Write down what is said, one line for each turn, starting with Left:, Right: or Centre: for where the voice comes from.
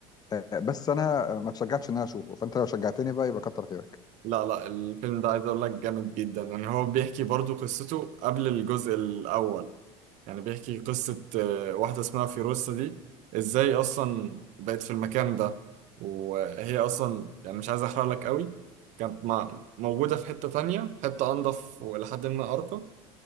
Left: آه، بس انا ما تشجعتش ان انا اشوفه فانت لو شجعتني بقى يبقى كتر خيرك
Right: لا لا الفيلم ده عايز اقول لك جامد جدا يعني هو بيحكي برضو قصته قبل الجزء الاول يعني بيحكي قصة آه، واحدة اسمها فيروسة دي ازاي اصلا بقت في المكان ده وهي اصلا يعني مش عايز احرق لك قوي كانت مع- موجودة في حتة تانية حتة انضف ولحد ما ارقى